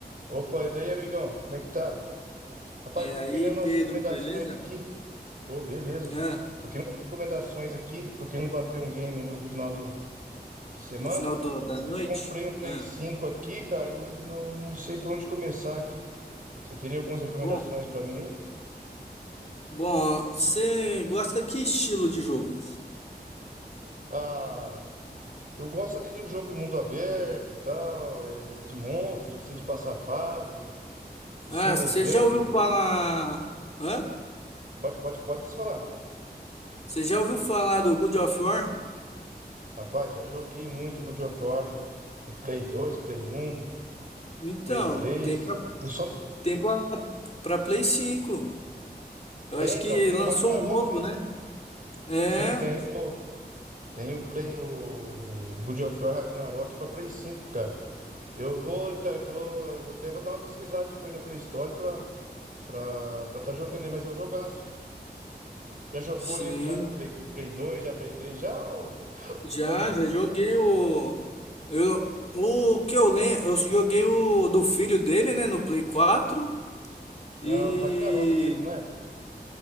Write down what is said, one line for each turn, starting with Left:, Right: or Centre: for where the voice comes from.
Right: Opa, e daí, amigão? Como é que tá? Rapaz,
Left: E
Right: tô
Left: aí,
Right: querendo
Left: Pedro,
Right: umas recomendações
Left: beleza?
Right: aqui. Ô, beleza.
Left: Ah,
Right: Tô querendo umas recomendações aqui. Tô querendo bater um game no final do, de semana.
Left: no final do- da
Right: Aí
Left: noite?
Right: eu comprei um Play
Left: Ah,
Right: 5 aqui, cara, e não, não sei por onde começar aqui. Você teria algumas recomendações
Left: bom,
Right: pra mim aí?
Left: bom, você gosta que estilo de jogo?
Right: Ah, eu gosto ali de um jogo de mundo aberto, tal, é, de monstros, assim, de passar fase, um single
Left: Ah, você
Right: play.
Left: já ouviu falar? Hã?
Right: Pode, pode, pode se falar.
Left: Você já ouviu falar do God of War?
Right: Rapaz, já joguei muito God of War em- no Play 2, Play um.
Left: Então,
Right: Prey 3,
Left: tem pra,
Right: Eu só...
Left: tem pra, pra Play cinco. Eu
Right: É,
Left: acho
Right: então,
Left: que
Right: tem
Left: lançou
Right: o Ragnarok,
Left: um novo,
Right: né?
Left: né? É,
Right: Sim, tem o, tem o, Prey, o, o God of War Ragnarok pra Play 5, cara. Eu vou, então, eu tô, eu vou até vou dar uma pesquisada depois na pré-história pra, pra, pra tá jogando ele, mas é um jogaço, hein? Já jogou
Left: sim.
Right: ele já no Play, no Play 2, já Play 3, já ou,
Left: Já,
Right: ou não?
Left: já joguei o. Eu, o que eu lembro, eu joguei o do filho dele, né, no Play quatro.
Right: É
Left: E
Right: o Ragnarok mesmo, né?